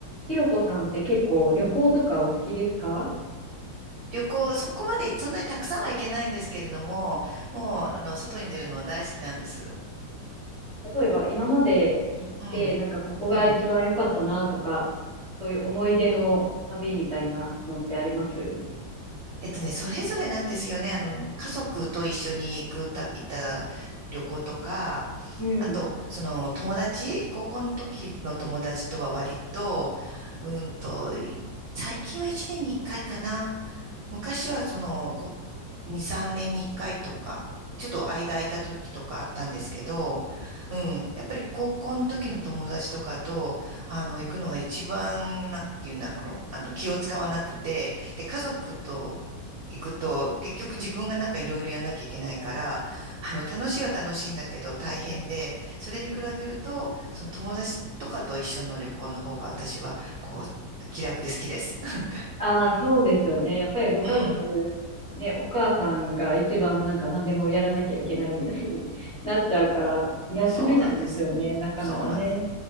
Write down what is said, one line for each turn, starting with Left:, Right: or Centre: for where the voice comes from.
Centre: ひろこさんって結構旅行とかお好きですか
Right: 旅行、そこまで、そんなにたくさんは行けないんですけれども、もう、あの、外に出るのは大好きなんです。
Centre: 例えば今まで行って、
Right: うん、
Centre: なんかここが一番良かったなとか、
Right: うん。
Centre: そういう思い出の旅みたいなのってあります
Right: えっとね、それぞれなんですよね。あの、家族と一緒に行くた、行った旅行とか、
Centre: うん。
Right: あと、その、友達、高校の時の友達とは割と、うんと、い最近は一年に一回かいかな。昔はその、ここ2、3年に1回とか、ちょっと間空いた時とかあったんですけど、うん、やっぱり高校の時の友達とかと、あの、行くのが一番、なんていうんだろう、あの、気を使わなくて、で、家族と行くと、結局自分がなんかいろいろやんなきゃいけないから、あの、楽しいは楽しいんだけど大変で、それに比べると、その友達とかと一緒の旅行の方が私は、こう、気楽で好きです。<laughs> なんか、
Centre: ああ、そうですよね。やっぱりご家族、
Right: うん。
Centre: ね、お母さんが一番なんか何でもやらなきゃいけないみたいに <laughs> なっちゃうから、休めないですよね、
Right: そうなんです。
Centre: なかなかね。
Right: そうなんです。